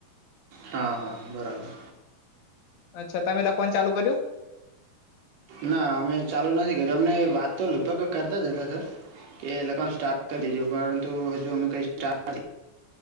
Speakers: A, on the right (about 75°); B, on the left (about 70°).
A: હા હા બરાબર.
B: અચ્છા તમે લખવાનું ચાલુ કર્યું?
A: ના અમે ચાલુ નથી કર્યું અમને વાત તો લગભગ કરતા જ હતા સર કે લગાવવાનું સ્ટાર્ટ કરી દેજું પરંતુ હજુ અમે કંઈ સ્ટાર્ટ નથી.